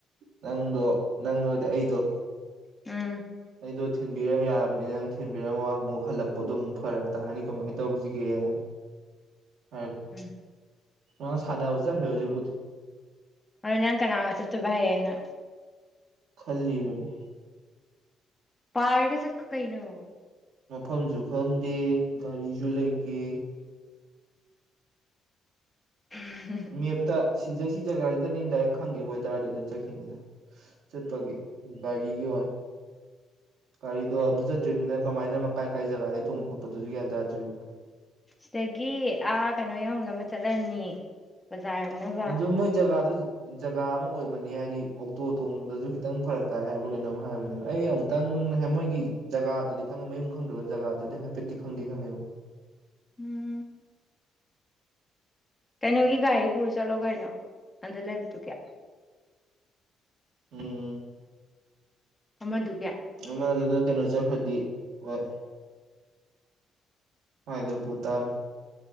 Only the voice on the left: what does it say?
ꯎꯝ
ꯎꯝ
ꯍꯣꯏ ꯅꯪ ꯀꯅꯥꯒ ꯆꯠꯇꯣꯕ ꯍꯌꯦꯡꯅ
ꯄꯥꯏꯔꯒ ꯆꯠꯈꯣ ꯀꯩꯅꯣ
<unintelligible>
ꯁꯤꯗꯒꯤ ꯑꯥ ꯀꯩꯅꯣ ꯌꯧꯅꯕ ꯆꯠꯂꯅꯤ ꯕꯖꯥꯔ ꯌꯧꯅꯕ
ꯎꯝ ꯀꯩꯅꯣꯒꯤ ꯒꯥꯔꯤ ꯄꯨꯔ ꯆꯠꯂꯣ ꯀꯩꯅꯣ ꯑꯥꯗ ꯂꯩꯕꯗꯨꯒꯤ
ꯑꯃꯥꯗꯨꯒꯤ